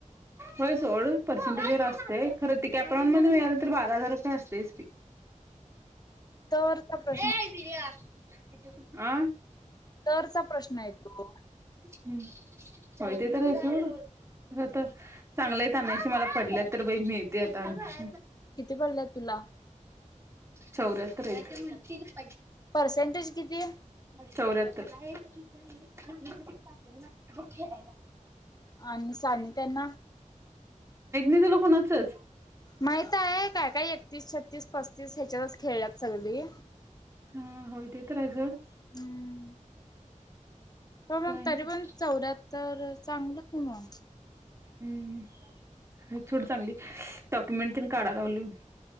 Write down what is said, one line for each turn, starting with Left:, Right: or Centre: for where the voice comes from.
Right: होय सोड पर्सेंटेज जर असते हृत कॅप मध्ये व तर बारा हजारची
Left: तरचा प्रश्न
Right: एरया का
Left: तरचा प्रश्न येतो
Right: हम्म होय ते तररास ख तर चांगलंय त्यांनाशी मला पडल्यात तर बाई मिळती आताडमिश
Left: किती पडलं तुला
Right: चौर्यात य
Left: परसेंटेज किती आहे
Right: चौऱ्याहतर <unintelligible> बुखयला
Left: आणि त्यांना
Right: तिझं लकणचच
Left: माहित आहे काय काय एकतीस छत्तीस पस्तीस ह्याच्यातच खेळल्यात सगळी
Right: हा होतयेत रायझोड
Left: हम्म प
Right: काय
Left: मग
Right: आणि
Left: तरी
Right: काय
Left: पण चौऱ्याहत्तर चांगलं कि मग
Right: हम्म थोडी चांगली डॉक्युमेंट तनी काढा लावल